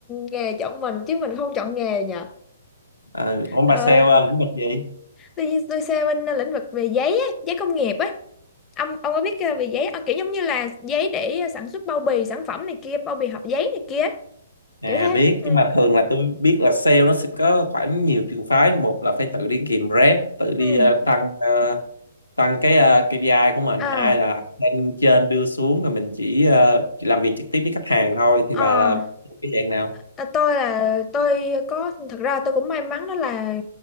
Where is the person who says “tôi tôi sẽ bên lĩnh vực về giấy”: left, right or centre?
Left